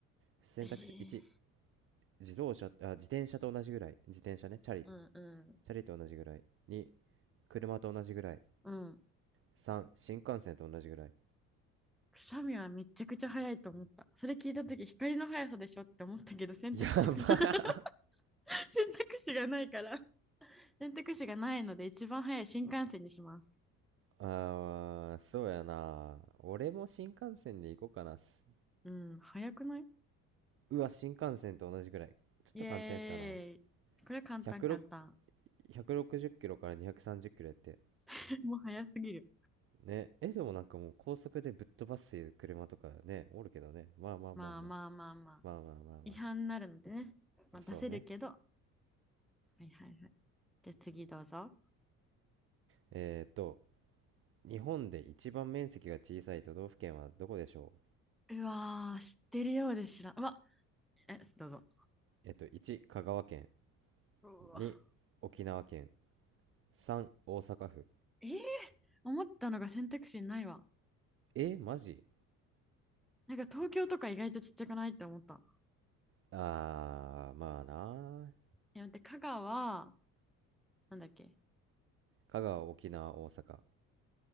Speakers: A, on the right; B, in the centre.
A: 選択肢1
B: えー
A: 自動車あ自転車と同じぐらい自転車ねチャリ
B: うんうん。
A: チャリと同じぐらい2車と同じぐらい
B: うん。
A: 3新幹線と同じぐらい
B: くしゃみはめちゃくちゃ早いと思った。それ聞いた時光の速さでしょって思ったけど、選択肢が
A: やばい
B: <laughs> 選択肢がないから選択肢がないので、一番早い新幹線にします。
A: あーそうやな俺も新幹線で行こうかなす
B: うん、早くない
A: うわ新幹線と同じぐらいちょっと簡単やったな
B: イエーイ。これ簡単簡単。
A: 106 160キロから230キロやって
B: <laughs> もう早すぎる。
A: ねえでもなんかもう高速でぶっ飛ばす車とかねおるけどねまあまあまあま
B: まあまあまあまあ。
A: あまあまあまあまあ
B: 違反になるのでね。まあ、
A: そうね
B: 出せるけど。はいはいはい。じゃあ次どうぞ。
A: えっと日本で一番面積が小さい都道府県はどこでしょう
B: うわー、知ってるようで知らん。うわえ、どうぞ。
A: えっと1香川県
B: うわ
A: 2沖縄県3大阪府
B: えー思ったのが選択肢ないわ。
A: えマジ
B: なんか東京とか意外とちっちゃくないって思った。
A: あーまあな
B: いや、待って、香川、なんだっけ。
A: 香川沖縄大阪